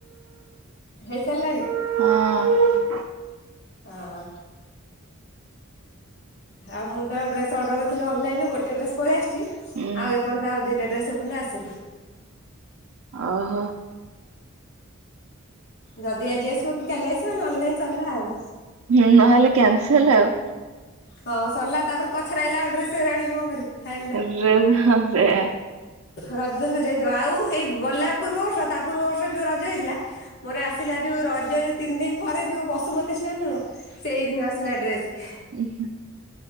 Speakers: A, on the left; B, on the right.
A: ହେଇସାରିଲାଣି?
B: ହଁ।
A: ହଁ। ଆଉ ମୁଁତ ଡ୍ରେସ୍ ଅର୍ଡର କରିଥିଲି ଅନଲାଇନ୍ ରୁ ଗୋଟେ ଡ୍ରେସ୍ ପଳେଇ ଆସିଚି। ଆଉ
B: ହୁଁ।
A: ଏପର୍ଯ୍ୟନ୍ତ ଆଉ ଦିଟା ଡ୍ରେସ୍ ଏର୍ଯ୍ୟନ୍ତ ଆସନି।
B: ଓହୋ।
A: ଯଦି ଆଜି ଆସିବ କି କାଲି ଆସିବ ନହେଲେ ନାଇଁ ସରିଲା ଆଉ।
B: ହୁଁ ନହେଲେ କ୍ୟାନସଲ୍ ଆଉ।
A: ହଁ ସରିଲା ତାପରେ ପଛରେ ଆଇଲା ଆଉ ଡ୍ରେସ୍ ଆଣିକି କଣ କରିବୁ। ଫାଇଲଟାରେ।
B: <unintelligible> ହଁ ସେଇଆ।
A: ରଜ ତ ସରି ଯାଇଥିବ ଆଉ ଏଇ ଗଲା ପୂର୍ବବର୍ଷ ତା ପୂର୍ବ ବର୍ଷ ଯୋଉ ରଜ ହେଇଥିଲା ମୋର ଆସିଲା ଯୋଉ ରଜ ଯୋଉ ତିନି ଦିନ ପରେ ଯୋଉ ବସ୍ ସୁମତି ସ୍ନାନ ନୁହଁ ସେଇଦିନ ଆସିଲା ଡ୍ରେସ।
B: ଉ ହୁଁ